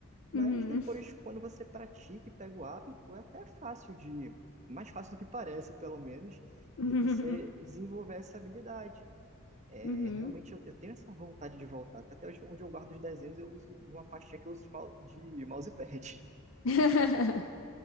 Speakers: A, on the right (about 35°); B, on the left (about 65°).
A: Mas
B: Uhum.
A: depois, quando você pratica e pega o hábito, é até fácil de, é mais fácil do que parece, pelo menos,
B: <laughs>
A: de você desenvolver essa habilidade. É,
B: Uhum.
A: realmente eu, eu tenho essa vontade de voltar. Até hoje, onde eu guardo os desenhos, eu uso uma pastinha que eu uso de, mau- de mousepad.
B: <laughs>